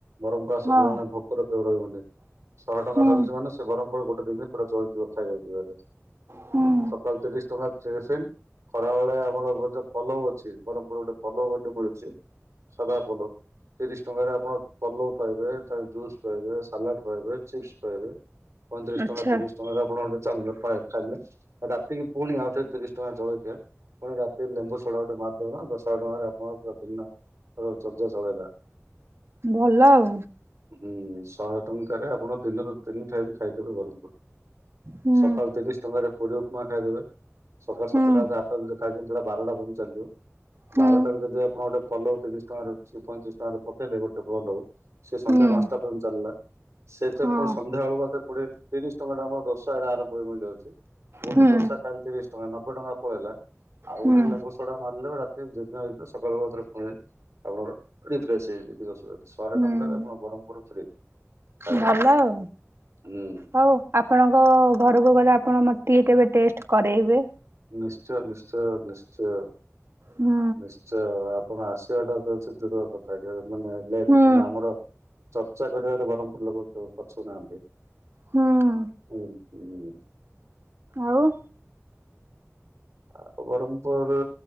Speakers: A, on the right; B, on the right.
A: ବରମ୍ପସ
B: ହଁ
A: ଜଣେ ଭୋ ର କେଉ ରହିବନି। ଶହେ ଟଙ୍କା
B: ହୁଁ
A: ଧରିଚି ମାନେ ସେ ବରମ୍ପୁରରେ ଗୋଟେ ଦିନରେ ପୁରା ଚଳିଯିବ ଖାଇବା ପିଇବାରେ।
B: ହୁଁ
A: ସକାଳ ତିରିଶ ଟଙ୍କା ତିରିଶ ଖରା ବେଳେ ଆମର ଯୋଉ ପୋଲଉ ଅଛି, ବରମ୍ପୁର ଗୋଟେ ପୋଲଉ ବୋଲି ମିଳୁଚି ସାଧା ପଲଉ। ତିରିଶ ଟଙ୍କାରେ ଆପଣ ପଲଉ ପାଇବେ, ଜୁସ୍ ପାଇବେ, ସାଲାଡ ପାଇବେ, ଚିପ୍ସ ପାଇବେ। ପଇଁତିରିଶ
B: ଆଚ୍ଛା
A: ଟଙ୍କା ତିରିଶ ଟଙ୍କାରେ ଆପଣ ଗୋଟେ ଚାଲ ପାଏ ଖାଇଲେ। ରାତିକି ପୁଣି ଆଉଥରେ ତିରିଶ ଟଙ୍କା ଜଳଖିଆ। ପୁଣି ରାତିରେ ଲେମ୍ବୁ ସୋଡା ଗଟେ ମାରିଦେବେ। ତ ଶହେ ଟଙ୍କାରେ ଆପଣ ପୁରା ଦିନ ଚର୍ଯ୍ୟ ଚଳେଇ ଦେବା।
B: ଭଲ ଆଉ।
A: ହୁଁ ଶହେ ଟଙ୍କାରେ ଆପଣ ଦିନରୁ ତିନି ଟାଇମ ଖାଇଦେବେ ବରମ୍ପୁର ରେ
B: ହୁଁ
A: ସକାଳ ତିରିଶ ଟଙ୍କାରେ ପୁରୀ ଉପମା ଖାଇଦେବେ, ସକାଳ
B: ହୁଁ
A: ସାତଟା ଆଠ ଟା ରେ ଯୋଉଟା ଖାଇଚନ୍ତି ସେଟା ବାରଟା ପର୍ଯ୍ୟନ୍ତ ଚାଲିଯିବ।
B: ହୁଁ
A: ବାରଟାରେ ଯଦି ଆପଣ ଗୋଟେ ପୋଲଉ ତିରିଶ ଟଙ୍କାରେ ପଇତିରିଶ ଟଙ୍କାରେ ପକେଇଲେ ଗୋଟେ ପୋଲଉ ସେ ସନ୍ଧ୍ୟା
B: ହୁଁ
A: ପାନ୍ ସଟା ପର୍ଯ୍ୟନ୍ତ ଚାଲିଲା। ସେ ତ
B: ହଁ
A: ପୁଣି ସନ୍ଧ୍ୟାବେଳୁଆ ତ କୋଡିଏ ତିରିଶ ଟଙ୍କା ଟା ଆମର ରୋଷ <unintelligible> ଆରମ୍ଭକୁ ହେବାକୁଯାଉଚି। ଗୋଟେ
B: ହୁଁ
A: ପ୍ରସାଦ ଟା ଆଣିଥିବେ ତିରିଶ ଟଙ୍କା ନବେ ଟଙ୍କା ପଳେଇଲା। ଆଉ
B: ହୁଁ
A: ଗୋଟେ ଲେମ୍ବୁ ସଡା ମାରିଲେ ରାତି ଦୁଇଗୁଣେ ହେଇଯିବ ସକାଳୁ ଆଉଥରେ ପୁଣି ଆପଣର ରିଫ୍ରେସ ହେଇଯିବ କିଛି ଅସୁବିଧା ଶହେ
B: ହୁଁ
A: ଟଙ୍କାରେ ଆପଣ ବ୍ରହ୍ମପୁର ଫ୍ରି ଖାଇବା।
B: ଭଲ ଆଉ
A: ହୁଁ
B: ହଉ। ଆପଣଙ୍କ ଘରୁକୁ ଗଲେ ଆପଣ ମତେ କେବେ ଟେଷ୍ଟ କରେଇବେ।
A: ନିଶ୍ଚୟ ନିଶ୍ଚୟ ନିଶ୍ଚୟ।
B: ହୁଁ।
A: ନିଶ୍ଚୟ ଆପଣ ଆସିବାଟା <unintelligible> ମାନେ ଲେଟ
B: ହୁଁ
A: କିନ୍ତୁ ଆମର ଚର୍ଚ୍ଚା କରିବାରେ ବରମପୁର ଲୋକ ପଛଉ ନାହାନ୍ତି।
B: ହୁଁ
A: ହୁଁ ହୁଁ।
B: ଆଉ।
A: ଆଉ ବରମପୁର